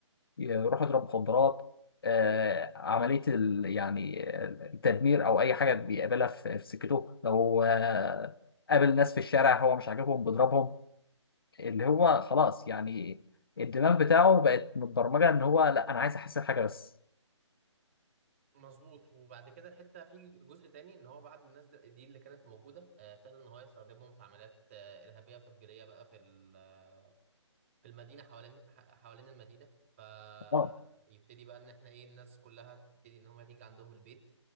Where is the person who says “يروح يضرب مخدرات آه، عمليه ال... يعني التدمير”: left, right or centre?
Left